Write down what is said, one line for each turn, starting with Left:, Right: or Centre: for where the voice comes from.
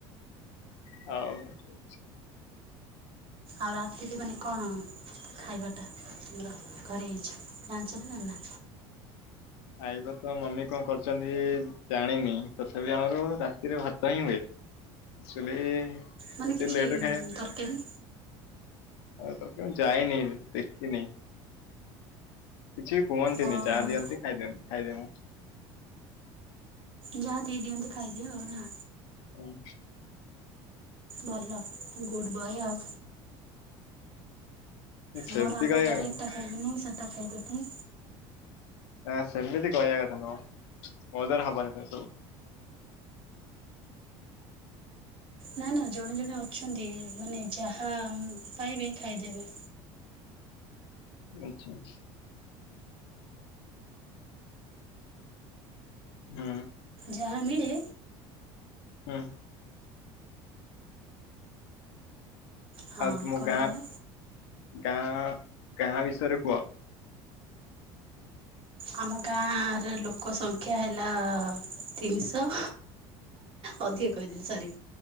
Left: ହଉ
Right: ଆଉ ରାତି କି ମାନେ କଣ? ଖାଇବାଟା ତମର ଘରେ ହେଇଛି ଜାଣିଛ ନା ଜାଣିନା।
Left: ଖାଇବା ତ ମମି କଣ କରିୁଛନ୍ତି ଜାଣିନି ତଥାପି ଆମର ରାତିରେ ଭାତ ହିଁ ହୁଏ। ଚୁଲି।
Right: ମାନେ
Left: ଏତେ
Right: କିଛି
Left: ଲେଟରେ ଖାଇବା,
Right: ତରକାରୀ
Left: ଆଉ ତରକ୍ ମୁ ଯାଇନି। ଦେଖିନେଇ କିଛି କୁହନ୍ତିନି
Right: ଅ
Left: ଯାହା
Right: ହଁ।
Left: ଦିଅନ୍ତି ଖାଇଦନ୍ତ ଖାଇଦିଏ ମୁଁ।
Right: ଯାହା ଦେଇଦିଅନ୍ତି ଖାଇଦିଅ ଆଉ ନା।
Left: ହୁଁ।
Right: ଭଲ ଗୁଡ୍ ବଏ ଆଉ।
Left: ସେମତି
Right: ମୋର ଆମ
Left: କହିବା
Right: ଘରେ
Left: କଣ।
Right: ଏଟା ଖାଇବିନି ସେଟା ଖାଇଦେବି
Left: ଆଁ ସେମିତି କହିବା କଥା ନୁହ। ମୋ ଦ୍ୱାରା ହବନି ସେସବୁ।
Right: ନା ନା ଜଣେ ଜଣେ ଅଛନ୍ତି ମାନେ ଯାହା ପାଇବେ ଖାଇଦେବେ।
Left: ଆଚ୍ଛା ଆଚ୍ଛା। ହୁଁ।
Right: ଯାହା ମିଳେ
Left: ହୁଁ।
Right: ହଁ
Left: ଆଉ ତୁମ
Right: କଣ
Left: ଗାଁ
Right: କହିଲ?
Left: ଗାଁ ଗାଁ ବିଷୟରେ କୁହ।
Right: ଆମ ଗାଁର ଲୋକ ସଂଖ୍ୟା ହେଲା ତିନିଶହ। ଅଧିକ କହିଦେଲି ସରି।